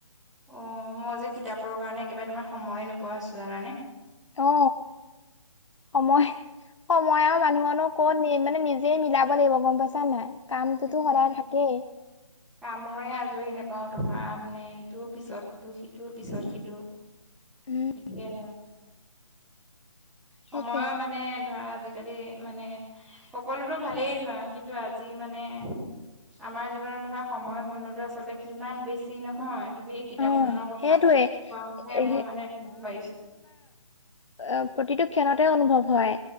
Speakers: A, in the centre; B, on the left.
A: অ মই যে কিতাপৰ কাৰণে কিবা তোমাৰ সময়ে নোপোৱা হৈছো, জানানে?
B: অ, সময় সময় আৰু মানুহনো ক'ত নিয়ে? মানে নিজেই মিলাব লাগিব, গম পাইছা নাই? কামটোতো
A: <unintelligible>
B: সদায় থাকেই
A: কামৰে আজৰি নেপাও তোমাৰ মানে ইটো পিছত সিটো, সিটো পিছত সিটো।
B: উম
A: এতিয়াহে।
B: সেইটোৱে
A: সময়ৰ মানে ধৰা আজিকালি কালি মানে সকলোতো ভালেই ধৰা কিন্তু আজি মানে আমাৰ জীৱনত ধৰা সময় মূল্যতো আচলতে কিমান বেছি নহয়, তুমি কিতাপ
B: অ
A: খনৰ কথা
B: সেইটোৱে
A: কোৱাতহে
B: এ
A: মই মানে পাৰিছো।
B: অ প্ৰতিটো ক্ষণতে অনুভৱ হয়।